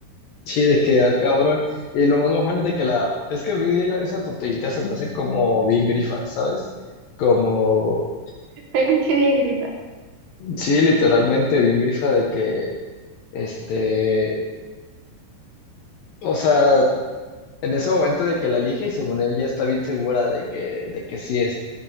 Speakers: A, on the left; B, on the right.
A: sí, de que, ah, cabrón. Y lo más mojón es de que la. Es que vi la- esa tortillita se me hace como bien grifa, ¿sabes? Como.
B: <laughs> que bien grita.
A: Sí, literalmente bien grifa de que Este, o sea, en ese momento de que la elige y según ella está bien segura de que, de que sí es.